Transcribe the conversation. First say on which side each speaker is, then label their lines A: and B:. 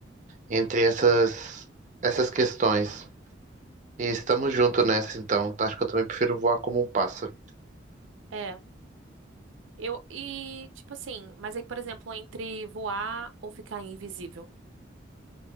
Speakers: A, on the right; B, on the right.
A: entre essas, essas questões. E estamos juntos nessa, então. Tá? Acho que eu também prefiro voar como um pássaro.
B: É. Eu, e, tipo assim, mas aí, por exemplo, entre voar ou ficar invisível.